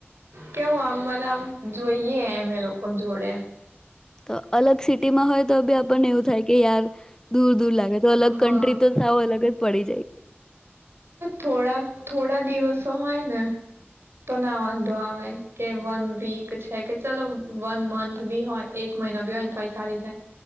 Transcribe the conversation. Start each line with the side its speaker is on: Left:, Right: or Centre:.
Right: કેવું આમ મને આમ જોઈએ એમ લોકો જોડે
Left: તો અલગ સિટીમાં હોય તો બી આપણને એવું થાય કે યાર દૂર દૂર લાગે તો અલગ
Right: હા
Left: કન્ટ્રી તો સાવ અલગ જ પડી જાય
Right: થોડા થોડા દિવસો હોય ને તો ના વાંધો આવે કે વન વીક છે, કે ચલો વન મંથ બી હોય એક મહિના બી હોય તોય ચાલી જાય